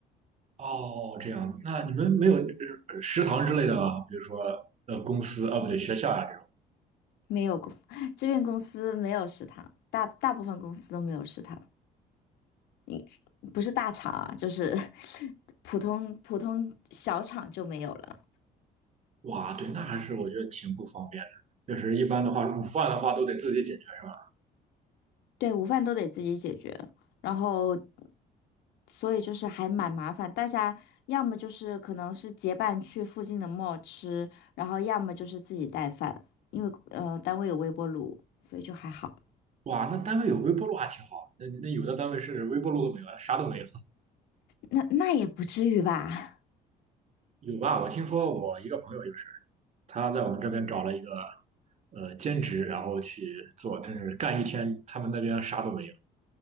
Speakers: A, on the right; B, on the left.
A: 哦，这样子。那你们没有呃食堂之类的吗？比如说呃公司啊，不对，学校啊这种。
B: <laughs> 没有公，<laughs> 这边公司没有食堂，大大部分公司都没有食堂。你不是大厂啊，就是 <laughs> 普通普通小厂就没有了。
A: 哇，对，那还是我觉得挺不方便的。就是一般的话，午饭的话都得自己解决。是吧？
B: 对，午饭都得自己解决，然后所以就是还蛮麻烦。大家要么就是可能是结伴去附近的 mall 吃，然后要么就是自己带饭，因为呃单位有微波炉，所以就还好。
A: 哇，那单位有微波炉还挺好。那那有的单位是微波炉都没有，啥都没有。
B: 那那也不至于吧？
A: 有吧？我听说我一个朋友就是，他在我们这边找了一个呃兼职，然后去做，真是干一天，他们那边啥都没有。